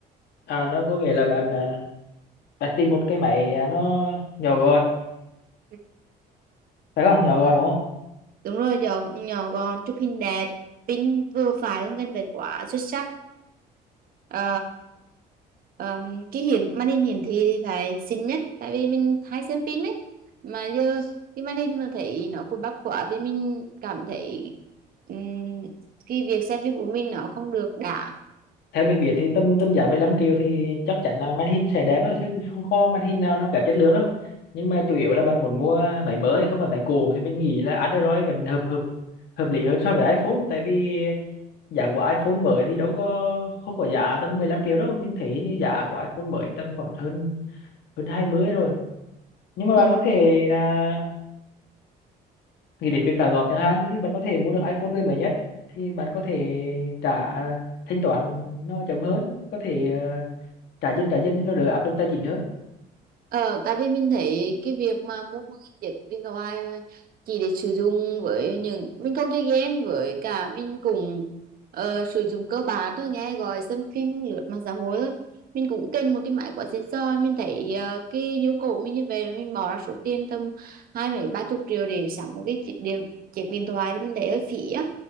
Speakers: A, on the left; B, on the right.
A: à, nó có nghĩa là bạn à, bạn tìm một cái máy à, nó nhỏ gọn
B: Ừ.
A: phải không nhỏ gọn đúng không
B: Đúng rồi, nhỏ, nhỏ gọn, chụp hình đẹp, pin vừa phải không cần phải quá xuất sắc. Ờ, ờm, cái hiển màn hình hiển thị thì phải xinh nhất tại vì mình hay xem phim ấy mà giờ cái màn hình mà thấy nó cùi bắp quá thì mình cảm thấy ừm, cái việc xem phim của mình nó không được đã
A: theo mình biết thì tầm tầm giá 15 triệu thì chắc chắn là màn hình sẽ đẹp thôi chứ không có màn hình nào nó kém chất lượng đâu nhưng mà chủ yếu là bạn muốn mua máy mới không phải máy cũ thì mình nghĩ là Android vẫn hợp hợp hợp lý hơn so với iPhone tại vì giá của iPhone mới thì đâu có không có giá tầm 15 triệu đâu mình thấy như giá của iPhone mới tầm khoảng hơn hơn 20 rồi nhưng mà bạn
B: ừ.
A: có thể à, nghĩ đến việc trả góp chẳng hạn thì bạn có thể mua được iPhone đời mới nhất thì bạn có thể trả thanh toán nó chậm hơn có thể à, trả dinh trả dinh nó đỡ áp lực tài chính hơn
B: Ờ, tại vì mình thấy cái việc mà mua một cái chiếc điện thoại chỉ để sử dụng với những mình không chơi game với cả mình cũng ờ, sử dụng cơ bản thôi nghe gọi xem phim lướt mạng xã hội thôi mình cũng cần một cái máy quá xịn sò mình thấy ờ, cái nhu cầu mình như vậy mà mình bỏ ra số tiền tầm hai mấy ba chục triệu để sắm một cái chiếc điện chiếc điện thoại thì mình thấy hơi phí á